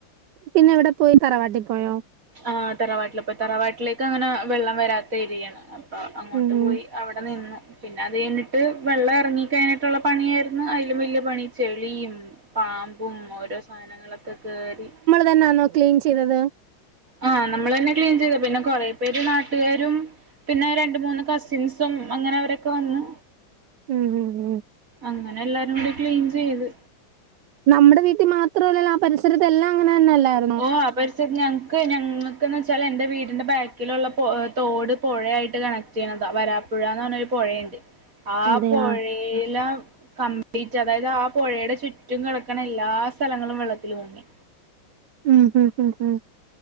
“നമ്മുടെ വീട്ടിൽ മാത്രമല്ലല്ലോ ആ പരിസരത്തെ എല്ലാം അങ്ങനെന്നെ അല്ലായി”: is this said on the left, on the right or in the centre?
Right